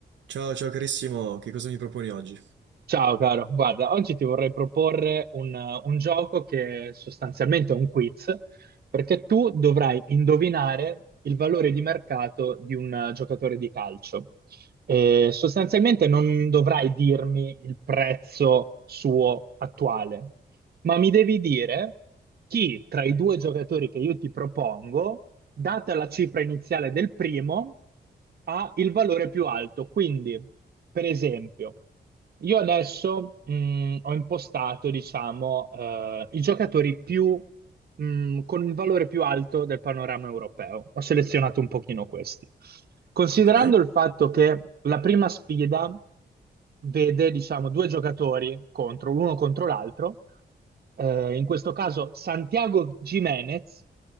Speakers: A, on the right (about 90°); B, on the right (about 60°).
A: Ciao, ciao carissimo, che cosa mi proponi oggi?
B: Ciao caro, guarda, oggi ti vorrei proporre un, un gioco che è sostanzialmente un quiz, perché tu dovrai indovinare il valore di mercato di un eh, giocatore di calcio. Eh, sostanzialmente non dovrai dirmi il prezzo suo attuale, ma mi devi dire chi tra i due giocatori che io ti propongo data la cifra iniziale del primo, ha il valore più alto. Quindi, per esempio, io adesso mh, ho impostato, diciamo, eh, i giocatori più, mh, con il valore più alto del panorama europeo. Ho selezionato un pochino questi. Considerando
A: Ok,
B: il fatto che la prima sfida vede, diciamo, due giocatori contro, l'uno contro l'altro, eh, in questo caso Santiago Jimenez,